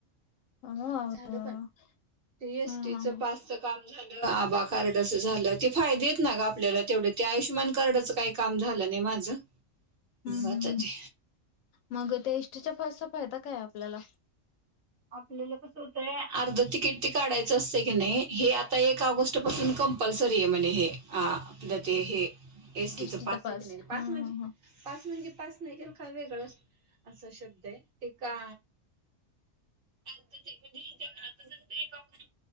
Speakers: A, on the left (about 80°); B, on the right (about 50°).
A: अगं
B: झालं
A: अगं.
B: पण ते एसटी
A: हा हा
B: च
A: हा.
B: पासच काम <inaudible> आबा कार्डच झालं ते फायदे ना ग आपल्याला तेवढं ते आयुष्यमान कार्डचं काही काम झालं नाही माझं
A: हम्म
B: मग आता
A: हम्म्
B: ते
A: मग त्या इष्टीच्या पासच फायदा काय आपल्याला?
B: आपल्याला कस होतंय अर्ध तिकीट ते काढायचं असतय कणी हे आता एक ऑगस्ट पासून कंपल्सरी आहे म्हने हे आपलं ते हे एसटीच
A: एसटीचा
B: पास आहे की नाही
A: हा
B: पास म्हणजे
A: हा हा
B: पास म्हणजे पास नाहील काय वेगळंच अस शब्द आहे ते का आ ते म्हणजे आता जर